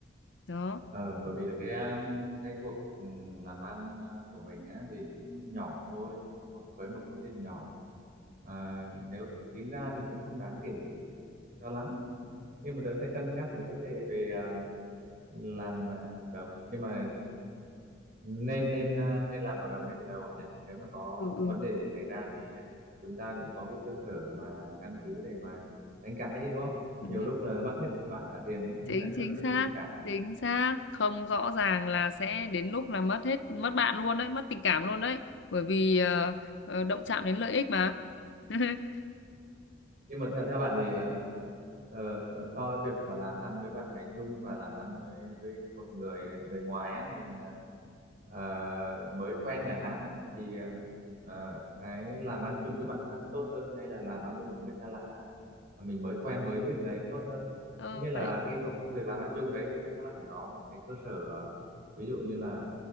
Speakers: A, on the left; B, on the right.
A: đó
B: Ờ, bởi vì là cái cái cuộc ừm, làm ăn ờ, của mình á, thì cũng nhỏ thôi một với một số tiền nhỏ à, nếu tính ra thì cũng không đáng kể cho lắm nhưng mà tớ sẽ cân nhắc cái vấn đề về à, làm à, hợp đồng nhưng mà nên nên à, nên làm hợp đồng ngay từ đầu bạn nhỉ nếu mà có
A: ừ, ừ.
B: vấn đề gì xảy ra thì chúng ta cũng có cái cơ sở mà căn cứ để mà đánh cãi chứ đúng không
A: Ừ,
B: nhiều lúc là mất hết cả bạn cả tiền cũng không
A: chính
B: giải quyết
A: chính
B: được vấn
A: xác
B: đề gì cả
A: chính xác không rõ ràng là sẽ đến lúc là mất hết mất bạn luôn đấy mất tình cảm luôn đấy bởi vì ờ, ờ, động chạm đến lợi ích mà <laughs>
B: nhưng mà theo theo bạn thì ờ, ờ, so với việc mà làm ăn với bạn bè chung và làm ăn với với một người người ngoài á mình ờ, ờ, mới quen chẳng hạn á thì ờ, ờ, cái làm ăn chung với bạn thân tốt hơn hay là làm ăn với một người xa lạ mà mình mới quen mới biết đấy tốt hơn
A: ờ,
B: tất nhiên là
A: phải
B: cái công công việc làm ăn chung đấy thì chắc chắn là phải có một cái cơ sở ờ, ví dụ như là